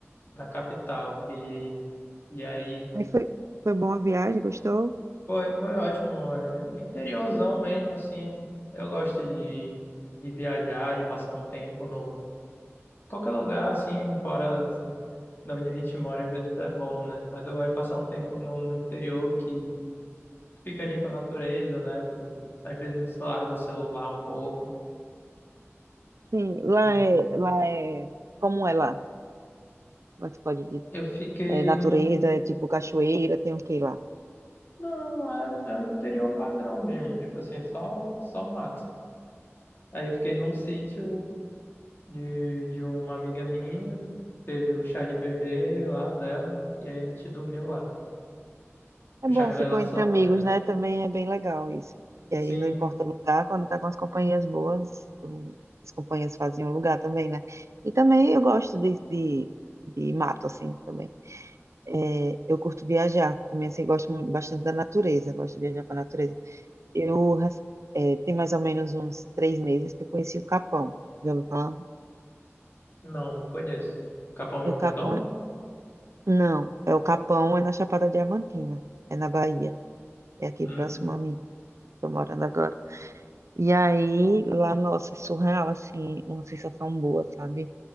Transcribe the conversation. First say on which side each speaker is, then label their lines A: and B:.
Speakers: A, on the left (about 45°); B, on the right (about 80°).
A: na capital. E, e aí,
B: Aí foi, foi bom a viagem, gostou?
A: foi, foi ótimo. É, o interiorzão mesmo, assim. Eu gosto de, de viajar, de passar um tempo no Qualquer lugar, assim, fora assim, de onde a gente mora, às vezes é bom, né? Mas eu gosto de passar um tempo no, no interior que fica ali com a natureza, né? Tu não- às vezes você larga o celular um pouco.
B: Sim, lá
A: E
B: é, lá é, como é lá? Como é que se pode dizer?
A: eu fiquei
B: É natureza,
A: num.
B: é tipo cachoeira, tem o que lá?
A: Não, é, o é o interior padrão mesmo, tipo assim, só, só mato. Aí eu fiquei num sítio de, de uma amiga minha, teve o chá de bebê lá dela, e aí a gente dormiu lá.
B: É
A: O
B: bom,
A: chá revelação,
B: ficou entre amigos,
A: na verdade.
B: né? Também é bem legal isso. E
A: Sim,
B: aí, não importa o lugar, quando tá com as companhias boas, o- as companhias fazem o lugar também, né? E também eu gosto de, de, de mato, assim, também. É, eu curto viajar, também, assim, gosto muito- bastante da natureza, gosto de viajar pra natureza. Eu, rec- é, tem mais ou menos uns três meses que eu conheci o Capão. Já ouviu falar?
A: não, não conheço. Capão
B: O
A: Redondo?
B: Capão é... Não, é o Capão, é na Chapada Diamantina, é na Bahia, é aqui
A: Hum,
B: próximo a mim, tô morando agora. E aí, lá, nossa, é surreal, assim, uma sensação boa, sabe?